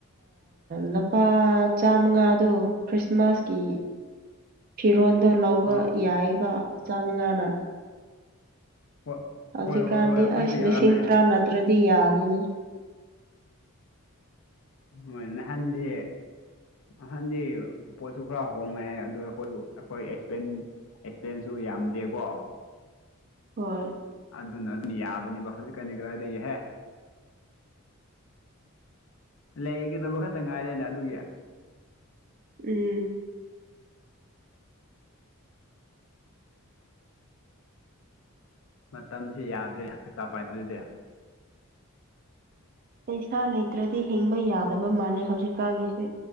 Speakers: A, on the right (about 40°); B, on the left (about 60°).
A: ꯂꯨꯄꯥ ꯆꯥꯃꯉꯥꯗꯣ ꯈ꯭ꯔꯤꯁꯃꯥꯁꯀꯤ ꯐꯤꯔꯣꯜꯗꯣ ꯂꯧꯕ
B: ꯑꯥ
A: ꯌꯥꯏꯕ ꯆꯥꯃꯅꯉꯥꯅ
B: ꯍꯣꯏ
A: ꯍꯧꯖꯤꯛꯀꯥꯟꯗꯤ
B: ꯍꯣꯏ ꯍꯣꯏ ꯍꯣꯏ ꯑꯩꯈꯣꯏꯁꯨ
A: ꯑꯩꯁ
B: ꯌꯥꯎꯔꯝꯃꯦ
A: ꯂꯤꯁꯤꯡ ꯇꯔꯥ ꯅꯇ꯭ꯔꯗꯤ ꯌꯥꯗꯦꯅꯦ
B: ꯍꯣꯏ ꯅꯍꯥꯟꯗꯤ ꯅꯍꯟꯗꯤ ꯄꯣꯠꯁꯨ ꯈꯔ ꯍꯣꯡꯉꯛꯑꯦ ꯑꯗꯨ ꯑꯩꯈꯣꯏ ꯑꯩꯈꯣꯏ ꯑꯦꯛꯄꯦꯟ ꯑꯦꯛꯁꯄꯦꯟꯁꯁꯨ ꯌꯥꯝꯗꯦꯀꯣ
A: ꯍꯣꯏ
B: ꯑꯗꯨꯅ ꯑꯗꯨꯝ ꯌꯥꯕꯅꯦꯕ ꯍꯧꯖꯤꯛꯀꯥꯟꯗꯤ ꯀꯗꯥꯏꯗꯒꯤꯍꯦ ꯂꯩꯒꯗꯧꯕ ꯈꯛꯇ ꯉꯥꯏꯔꯦꯅꯦ ꯑꯗꯨꯒꯤ
A: ꯎꯝ
B: ꯃꯇꯝꯁꯤ ꯌꯥꯗ꯭ꯔꯦ ꯄꯩꯁꯥ ꯄꯥꯏꯗ꯭ꯔꯗꯤ
A: ꯄꯩꯁꯥ ꯂꯩꯇ꯭ꯔꯗꯤ ꯍꯤꯡꯕ ꯌꯥꯗꯕ ꯃꯥꯜꯂꯦ ꯍꯧꯖꯤꯛꯀꯥꯟꯒꯤꯁꯤ